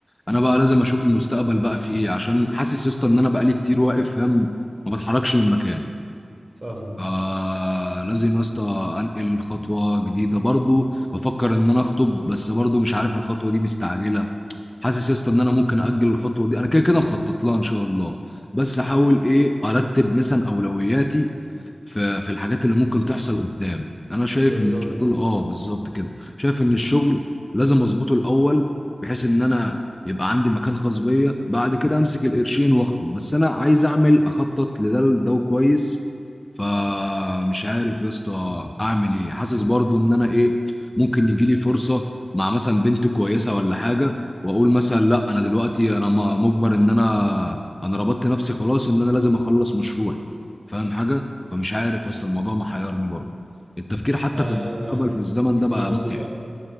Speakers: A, on the left; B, on the right.
A: انا بقى لازم اشوف المستقبل بقى في ايه عشان حاسس يا اسطى ان انا بقالي كتير واقف فاهم ما بتحركش من مكان
B: فاهم
A: آه لازم يا اسطى انقل خطوة جديدة برضو بفكر ان انا اخطب بس برضو مش عارف الخطوة دي مستعجلة حاسس يا اسطى ان انا ممكن اجل الخطوه دي انا كده كده مخطط لها ان شاء الله بس احاول ايه ارتب مثلا اولوياتي في في الحاجات اللي ممكن تحصل قدام انا شايف
B: بالظبط
A: ان الشغل اه بالظبط كده شايف ان الشغل لازم اظبطه الاول بحيث ان انا يبقى عندي مكان خاص بيا بعد كده امسك القرشين واخطب بس انا عايز اعمل اخطط لده لده كويس فمش عارف يا اسطى اعمل ايه حاسس برضو ان انا ايه ممكن يجي لي فرصة مع مثلا بنت كويسة ولا حاجة واقول مثلا لا انا دلوقتي انا م- مجبر ان انا انا ربطت نفسي خلاص ان انا لازم اخلص مشروعي فاهم حاجة فمش عارف يا اسطى الموضوع محيرني برضه التفكير حتى
B: آه،
A: في المستقبل في الزمن ده بقى
B: موضوع
A: متعب